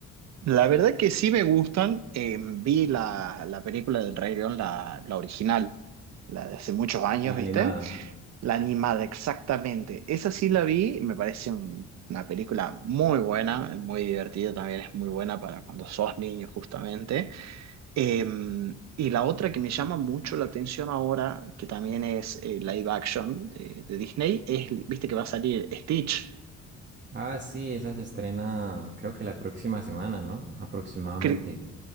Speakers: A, on the right (about 60°); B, on the right (about 35°).
A: La verdad que sí me gustan. Eh, vi la, la película del Rey León, la, la original, la de hace muchos años,
B: La
A: ¿viste?
B: animada.
A: La animada, exactamente. Esa sí la vi, me parece un- una película muy buena, muy divertida también, es muy buena para cuando sos niño justamente. Eh, y la otra que me llama mucho la atención ahora, que también es eh, live action de, de Disney, es, viste que va a salir Stitch.
B: Ah, sí, esa se estrena creo que la próxima semana, ¿no? Aproximadamente.
A: Cre-